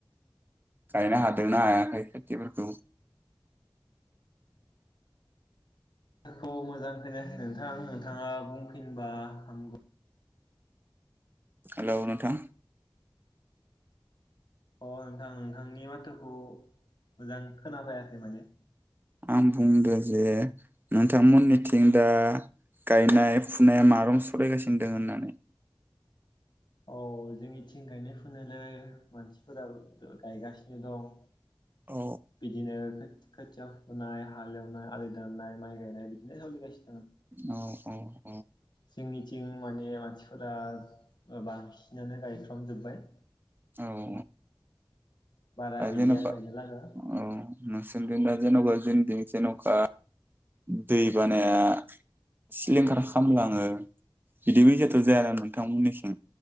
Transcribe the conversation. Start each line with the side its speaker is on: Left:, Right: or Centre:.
Right: गायनो हादोंना हायाखै खेथिफोरखौ?
Left: माथोखौ मोजां खोनायाखै नोंथां नों थाङा बुंफिनबा हामगौ
Right: हेलौ नोंथां
Left: अ नोंथां नोंथांनि माथोखौ मोजां खोनाफायाखै माने
Right: आं बुंदों जे नोंथांमोननिथिं दा गायनाय फुनाया मा रखम सोलायगासिनो दं होननानै?
Left: औ जोंनिथिं गायनाय फुनायालाय मानसिफोरा गायगासिनो दं।
Right: औ
Left: बिदिनो खो खोथिया फुनाय हालेवनाय आलि दाननाय माइ गायनाय बिदिनो <unintelligible>
Right: औ‌ औ
Left: जोंनिथिं माने मानसिफोरा बा बांसिनानो गायफ्रामजोबबाय
Right: औ औ
Left: बारा
Right: आरो
Left: गैलिया
Right: जेनबा
Left: गायनो लागा
Right: औ नोंसिनिखै दा जेनबा जोंनिथिं जेनखा दै बानाया सिलिंखार खालामलाङो बिदि बायसाथ' जायाना नोंथांमोननिखिं